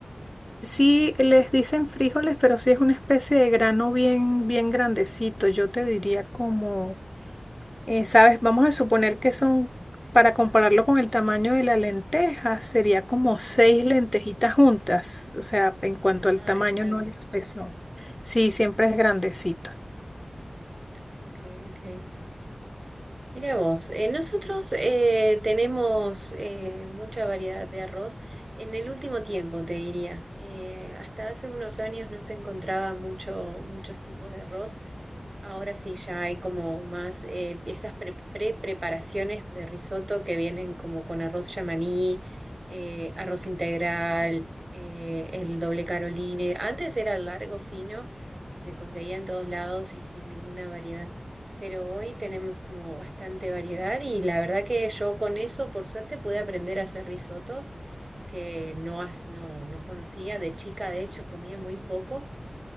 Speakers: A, on the left; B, on the right.
A: Sí, les dicen frijoles, pero sí es una especie de grano bien, bien grandecito. Yo te diría como, eh, ¿sabes? Vamos a suponer que son, para compararlo con el tamaño de la lenteja, sería como
B: Ujú.
A: seis lentejitas juntas. O sea, en cuanto
B: Ah,
A: al tamaño,
B: es grande.
A: no al espesor. Sí, siempre es grandecito.
B: Ah, ok, ok. Mira vos, eh, nosotros eh, tenemos eh, mucha variedad de arroz en el último tiempo, te diría. Eh, hasta hace unos años no se encontraba mucho, muchos tipos de arroz. Ahora sí ya hay como más eh, esas pre- pre-preparaciones de risotto que vienen como con arroz yamaní, eh, arroz integral, eh, el doble caroline. Antes era el largo fino que se conseguía en todos lados y sin ninguna variedad pero hoy tenemos como bastante variedad y la verdad que yo con eso, por suerte, pude aprender a hacer risotos que no, has- no, no conocía. De chica, de hecho, comía muy poco